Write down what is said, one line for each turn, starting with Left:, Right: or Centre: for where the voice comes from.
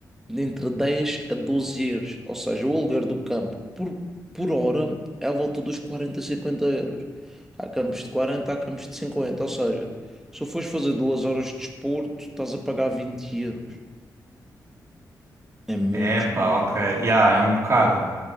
Centre: entre 10 a 12 euros. Ou seja, o aluguer do campo por, por hora é à volta dos 40 a 50 euros. Há campos de 40, há campos de 50. Ou seja, se fores fazer duas horas de desporto, estás a pagar 20 euros. É muito.
Right: Epá,
Centre: dinheiro.
Right: ok. Yeah, é um bocado.